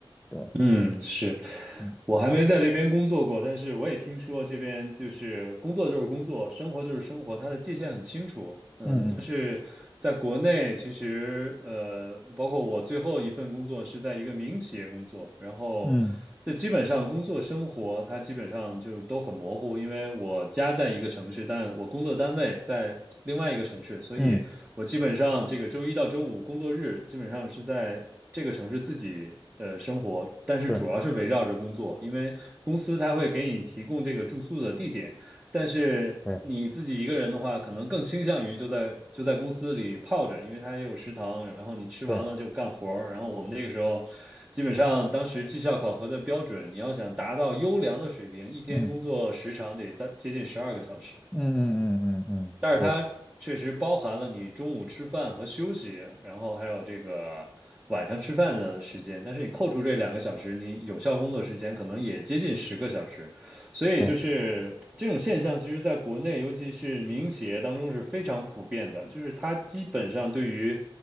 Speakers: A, in the centre; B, on the right.
A: 对。
B: 嗯，是，
A: 嗯
B: 我还没在这边工作过，但是我也听说这边就是工作就是工作，生活就是生活，它的界限很清楚。嗯，
A: 嗯
B: 但是在国内，其实呃，包括我最后一份工作是在一个民营企业工作，然后就基本上工作生活它基本上就都很模糊，
A: 嗯嗯
B: 因为我家在一个城市，但我工作单位在另外一个城市，所以。
A: 嗯，
B: 我基本上这个周一到周五工作日，基本上是在这个城市自己呃生活，但是主要是围绕着工作，
A: 是，
B: 因为公司它会给你提供这个住宿的地点，但是你自己一个人的话，
A: 对
B: 可能更倾向于就在就在公司里泡着，因为它也有食堂，然后你吃完了就干活儿。
A: 对，
B: 然后我们那个时候，基本上当时绩效考核的标准，你要想达到优良的水平，一天工作时长得大接近十二个小时。
A: 嗯嗯嗯嗯嗯嗯，
B: 但是它确实包含了你中午吃饭和休息，
A: 是，
B: 然后还有这个晚上吃饭的时间。但是你扣除这两个小时，你有效工作时间可能也接近十个小时。所以就是这种现象，
A: 对，
B: 其实在国内，尤其是民营企业当中是非常普遍的。就是它基本上对于